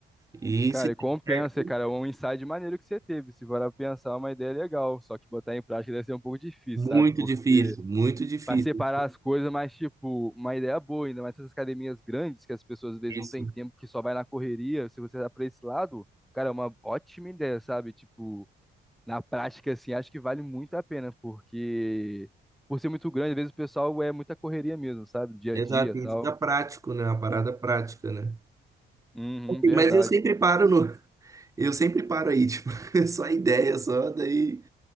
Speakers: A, on the right; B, in the centre.
A: E
B: Cara,
A: se der
B: e compensa,
A: certo,
B: cara. É um insight maneiro que você teve. Se parar pra pensar, é uma ideia legal. Só que botar em prática deve ser um pouco difícil,
A: muito
B: sabe? Porque
A: difícil, muito difícil.
B: pra separar as coisas, mas, tipo, uma ideia boa, ainda mais essas academias grandes que as pessoas às vezes
A: Isso.
B: não têm tempo, que só vai na correria. Se você tá pra esse lado, cara, é uma ótima ideia, sabe? Tipo. na prática, assim, acho que vale muito a pena, porque por ser muito grande, às vezes o pessoal é muita correria mesmo, sabe? Dia
A: Exato,
B: a dia e tal.
A: e fica prático, né? Uma parada prática, né?
B: Uhum,
A: Assim,
B: verdade.
A: Mas eu sempre paro no. Eu sempre paro aí, tipo, <laughs> só ideia, só daí.